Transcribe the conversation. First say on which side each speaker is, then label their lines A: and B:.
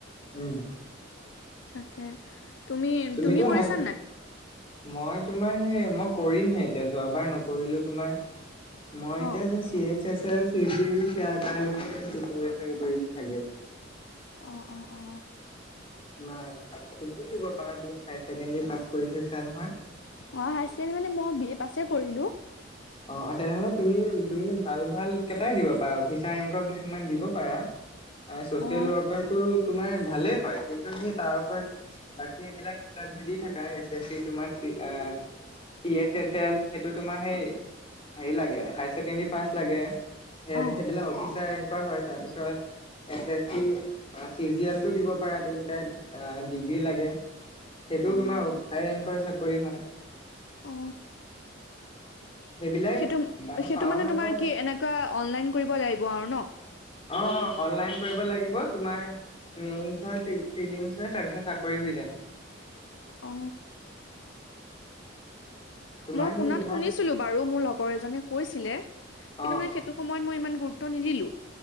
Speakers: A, on the left; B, on the left.
A: উম
B: তাকে তুমি
A: তুমিতো
B: তুমি কৰিছা
A: হাই
B: নাই
A: মই তোমাৰ সেই মই কৰিমহে এতিয়া যোৱাবাৰ নকৰিলো তোমাৰ মই
B: অ'
A: এতিয়া যে ছিয়ে চে চেছ ইদোৱাৰিল হেয়াৰ কাৰণেহে প্ৰিপৰিছন কৰিম চাগে
B: অ অ অ
A: নাই তুমিও দিব পাৰা তুমি হায়াৰ ছেকেণ্ডাৰী পাছ কৰি থৈছা নহয়
B: অ হায়াৰ চেকেণ্ডাৰী মানে মই বি এ পাছে কৰিলো
A: অ অ তেনেহলে তুমি তুমি ভাল ভাল কেইটাই দিব পাৰা অফিচাৰ ৰেংকৰ কিছুমান দিব পাৰা চচিয়েল
B: অ'
A: ৱৰ্কাৰটো তোমাৰ ভালে হয় কিন্তু সেই তাৰ ওপৰত সেইবিলাক ইন্টাৰভিউ দি থাকা এচ এচ চি তোমাৰ C A, C S S L সেইটো তোমাৰ সেই হেৰি লাগে হায়াৰ ছেকেণ্ডাৰী পাছ লাগে সেই
B: অ'
A: সেইবিলাক অফিচাৰ ৰেংকৰ হয় তাৰপিছত S S C, C G L দিব পাৰা তুমি তাইত ডিগ্ৰী লাগে সেইটোও
B: অ'
A: তোমাৰ হাই ৰেংকৰ চাকৰি হয়
B: অ
A: সেইবিলাক
B: সেইটো
A: বা
B: সেইটো
A: পাও
B: মানে
A: নাপাও
B: তোমাৰ কি এনেকুৱা অনলাইন কৰিব লাগিব আৰু ন
A: অ অ অনলাইন কৰিব লাগিব তোমাৰ মেইস্ হয় পিলিমছ হয় তাৰপিছত চাকৰি হৈ যায়
B: অ
A: তোমাৰ
B: মই
A: সেই
B: শুনাত
A: ইমান
B: শুনিছিলো বাৰু মোৰ লগৰ এজনে কৈছিলে কিন্তু
A: অ
B: মানে হেটো সময়ত মই ইমান গুৰুত্ব নিদিলো।